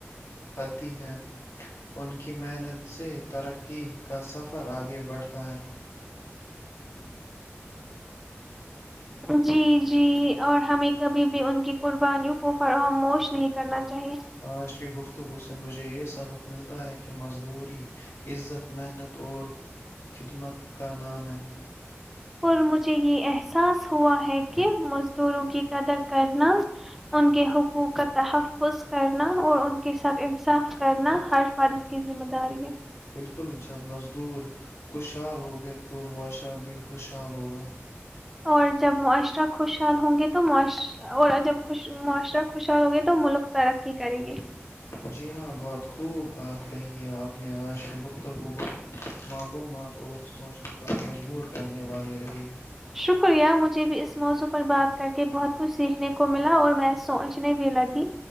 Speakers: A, on the left; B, in the centre.
A: حدھی ہے ان کی محنت سے ترقی کا سفر آگے بڑھتا ہے <unintelligible>
B: جی جی اور ہمیں کبھی بھی ان کی قربانیوں کو فروغاموش نہیں کرنا چاہیے
A: آج کی گفتگو سے مجھے یہ سبق ملتا ہے کہ مزدور عزت محنت اور خدمت کا نام ہے
B: اور مجھے یہ احساس ہوا ہے کہ مزدوروں کی قدر کرنا ان کے حقوق کا تحفظ کرنا اور ان کے ساتھ انصاف کرنا خرش فارش کی ذمہ داری ہے
A: بالکل جب مزدور خوشحال ہوگے تو معاشرہ بھی خوشحال ہوگا
B: اور جب معاشرہ خوشحال ہوں گے تو اور جب معاشرہ خوشحال ہوںگے تو ملک ترقی کرے گے
A: جی ہاں بہت خوب بات کہی ہے آپ نے آج گفتگو معلومات اور سوچنے پر مجبور کرنے والی رہی
B: شکریہ مجھے بھی اس موضوع پر بات کر کے بہت کچھ سیکھنے کو ملا اور میں سوچنے بھی لگی